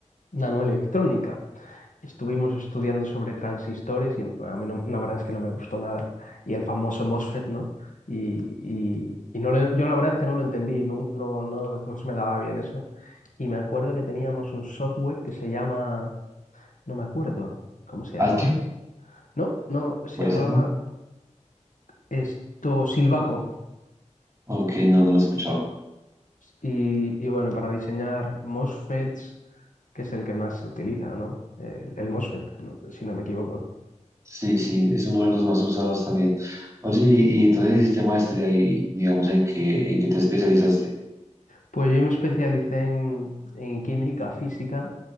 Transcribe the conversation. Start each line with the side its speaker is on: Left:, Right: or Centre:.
Left: nanoelectrónica. Estuvimos estudiando sobre transistores y a mí no- la verdad es que no me gustó nada. Y el famoso MOSFET, ¿no? Y, y- y no le- yo la verdad es que no lo entendí, no, no, no, no se me daba bien eso. Y me acuerdo que teníamos un software que se llama, no me acuerdo cómo se llamaba
Right: Altium,
Left: este. No, no, se
Right: puede
Left: llamaba
Right: ser, ¿no?
Left: esto Silvaco.
Right: Ok, no, no lo he escuchado.
Left: Y, y bueno, para diseñar MOSFETs, que es el que más se utiliza, ¿no? El, el MOSFET, ¿no? si no me equivoco.
Right: Sí, sí, es uno de los más usados también. Oye, y, y entonces hiciste maestría y digamos en qué, en qué te especializaste.
Left: Pues yo me especialicé en, en química física,